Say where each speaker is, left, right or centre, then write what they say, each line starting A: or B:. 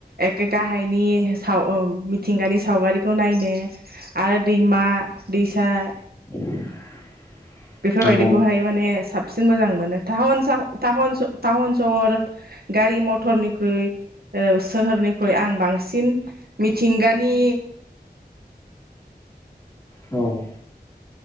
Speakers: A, on the right; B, on the left.
A: एखे गाहायनि साव अ मिथिंगानि सावगारिखौ नायनो आरो दैमा दैसा
B: <unintelligible>
A: बेफोरबायदिखौहाय
B: नंगौ
A: माने साब सिन मोजां मोनो। <unintelligible> सहर गारि मथरनिख्रुइ ओ सोहोरनिख्रुइ आं बांसिन मिथिंगानि
B: औ